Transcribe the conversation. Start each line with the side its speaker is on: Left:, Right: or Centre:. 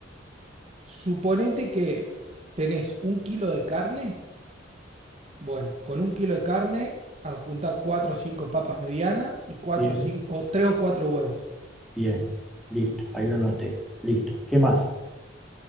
Right: Suponete que tenés un kilo de carne. Bueno, con un kilo de carne adjunta cuatro o cinco papas medianas y cuatro
Centre: Bien,
Right: o cinco o tres o cuatro huevos.
Centre: bien, listo, ahí lo noté, listo. ¿Qué más?